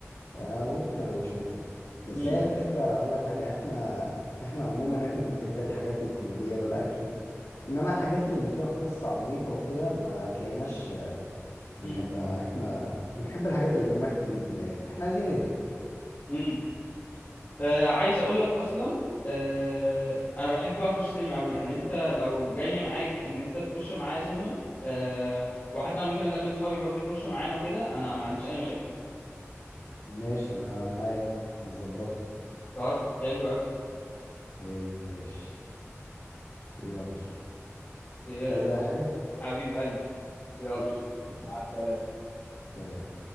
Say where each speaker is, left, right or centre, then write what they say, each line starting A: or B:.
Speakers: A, on the left; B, on the left.
A: آه ممكن ابقى اشوفه بس
B: امم
A: هي الفكره اقول لك حاجه احنا احنا عموما احنا بنحب الحاجات الكوميديه والاكشن انما الحاجات اللي فيها قصه عميقه وكده ما تلاقيناش بنحبها
B: امم
A: احنا بنحب الحاجات اللي دمها خفيف من الاخر احنا عايزين نضحك
B: امم. آه عايز اقول لك اصلا آه انا بحب اخش سينما قوي يعني انت لو جاي معاك ان انت تخش معايا سينما آه وحتى انا ممكن اكلم اصحابي برضه يخشوا معانا وكده انا ما عنديش اي مشاكل
A: ماشي انا معاك نظبطها
B: طيب حلو قوي
A: حلو ماشي يلا
B: آه
A: انت عايز اي حاجه
B: حبيب قلبي يلا
A: يلا.
B: مع السلامة
A: سلام